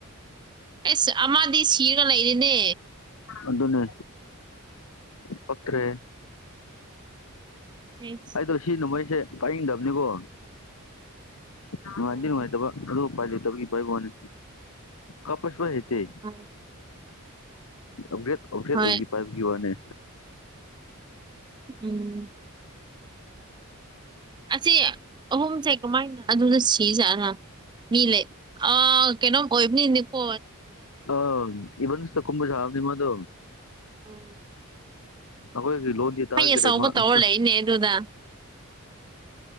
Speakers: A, on the right (about 20°); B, on the left (about 75°).
A: ꯑꯩꯁ ꯑꯃꯗꯤ ꯁꯤꯔꯒ ꯂꯩꯔꯤꯅꯦ
B: ꯑꯗꯨꯅꯦꯅꯦ ꯐꯇ꯭ꯔꯦ
A: ꯍꯝ
B: ꯑꯣ ꯁꯤ ꯅꯣꯡꯃꯩꯁꯦ ꯄꯥꯏꯡꯗꯕꯅꯤꯀꯣ ꯅꯨꯡꯉꯥꯏꯗꯤ
A: ꯑꯣ
B: ꯅꯨꯡꯉꯥꯏꯇꯕ ꯑꯗꯨ ꯄꯥꯏ ꯂꯩ ꯇ ꯄꯥꯏꯕꯣꯅꯦ ꯀꯄꯁꯄ ꯍꯇꯦ
A: ꯑꯣ
B: ꯑꯞꯒ꯭ꯔꯦꯗ ꯑꯞꯒ꯭ꯔꯦꯗ
A: ꯍꯣꯏ
B: ꯄꯥꯏꯕꯌꯣ ꯅꯦ
A: ꯎꯝ ꯑꯁꯤ ꯑꯍꯨꯝꯁꯦ ꯀꯃꯥꯏꯅ ꯑꯗꯨꯅ ꯁꯤꯖꯥꯠꯂ ꯃꯤ ꯂꯩ ꯑ ꯀꯩꯅꯣ ꯑꯣꯏꯕꯅꯤꯀꯣ
B: ꯑ ꯏꯕꯟꯁ ꯀꯨꯝꯕꯁꯕꯅꯤꯃ ꯑꯗꯨ
A: ꯑꯥꯎ
B: ꯑꯈꯣꯏ ꯂꯣ ꯇꯖ꯭ꯔꯦꯃ
A: ꯑꯆꯧꯕ
B: ꯑ
A: ꯇꯧꯔ ꯂꯩꯅꯦ ꯑꯗꯨꯗ